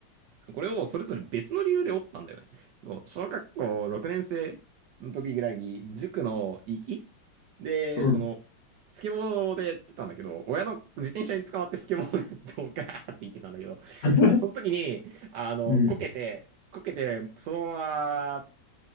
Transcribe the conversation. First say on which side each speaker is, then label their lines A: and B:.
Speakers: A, on the right; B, on the left.
A: これをそれぞれ別の理由で折ったんだよね。そう、小学校6年生の時ぐらいに、塾の行きで、
B: うん。
A: その、スケボーでやってたんだけど、親の自転車に捕まってスケボーでドガーって行ってたんだけど、
B: <laughs>
A: その時に、あの、
B: うん。
A: こけて、こけて、そのまま、